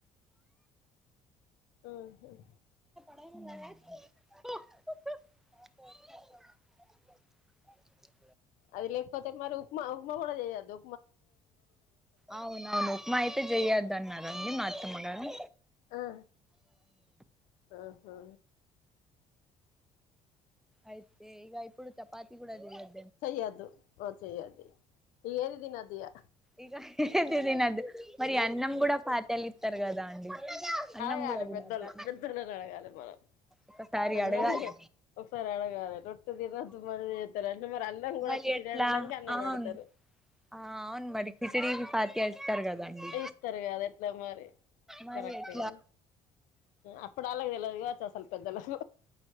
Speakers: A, on the left; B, in the centre.
A: ఊహ్మ్
B: హ్మ్
A: అది లేకపోతే మరి ఉప్మా ఉప్మా కూడ చేయదు
B: అవున అవును ఉప్మా అయితే చెయొద్ద అన్నారండి మా అత్తమగారు
A: ఆ ఆహా
B: అయితే ఈగ ఇప్పుడు చపాతి కూడా చేయరు
A: చేయాద్దు ఆ చేయద్దు ఏదితినాదిగా
B: ఇక ఏది తినద్దు మరి అన్నం కూడా పాతలి ఇస్తారు కదా అండి అన్నం
A: అడగాలి
B: కూడా తినద్దా
A: పెద్దళ్లు
B: అండి
A: పెద్దొళ్లని అడగాలి మనం
B: ఒకసారి
A: అన్నం
B: అడగాలి
A: ఒకసారి అడగాలి రొట్టి దినదు మనతారు అంట మరి అన్నం కూడా
B: మరి
A: కిచిడి
B: ఎట్లా
A: ఆడలనికి అన్నమోడుతారు
B: అవును ఆ అవును మరి కిచిడికి పాతి వస్తారు కదండి
A: ఇస్తారు కదా ఎట్లా మరి
B: మరి
A: కరెక్టే
B: ఎట్లా
A: కదా అప్పుడు అలాకీ తెలవదుకావచ్చు అసలు పెద్దలకు